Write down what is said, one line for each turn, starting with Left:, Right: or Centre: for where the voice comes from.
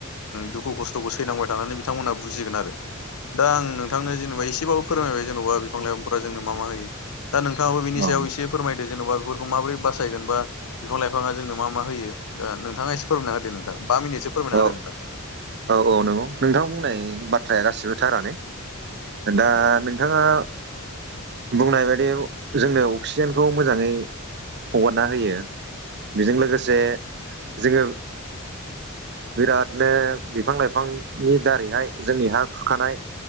Left: दुखु खस्थ' सैांबाय थानानै बिथांमोनहा बुजिगोन आरो दा आं नोंथांनो जेनेबा एसेबाबो फोरमायबाय जेन'बा बिफां लाइफांफ्रा जोंनो मा मा होयो दा नोंथाङाबो बिनि
Right: औ
Left: सायाव एसे फोरमायदो जेन'बा बेफोरखौ माबोरै बासायगोन बा बिफां लाइफाङा जोंनो मा मा होयो दा नोंथाङा एसे फोरमायना होदो नोंथां बा मिनिटसो फोरमायना
Right: औ
Left: होदो नोंथां
Right: औ औ नंगौ नोंथां बुंनाय बाथ्राया गासिबोथारानो दा नोंथाङा बुंनाय बायदि जोंनो अक्सिजेनखौ मोजाङै हगारना होयो बेजों लोगोसे जोङो बिरादनो बिफां लाइफांनि दारैहाय जोंनिहाा खुरखानाय